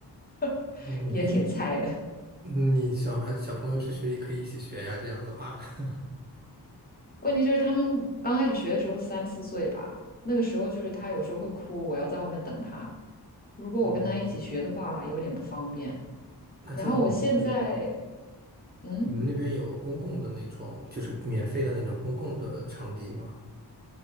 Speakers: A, on the left (about 20°); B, on the right (about 25°).
A: <laughs>
B: 哦，你可以，
A: 也挺菜的。
B: 嗯你小孩小朋友去学也可以一起学呀，这样的话，<laughs>
A: 问题就是他们刚开始学的时候三四岁吧，那个时候就是他有时候会哭，我要在外面等他。如果我跟他一起学的话，
B: 嗯，
A: 有点不方便。
B: 那正好就是
A: 然后我现在，嗯，
B: 你们那边有公共的那种，就是免费的那种公共的场地吗？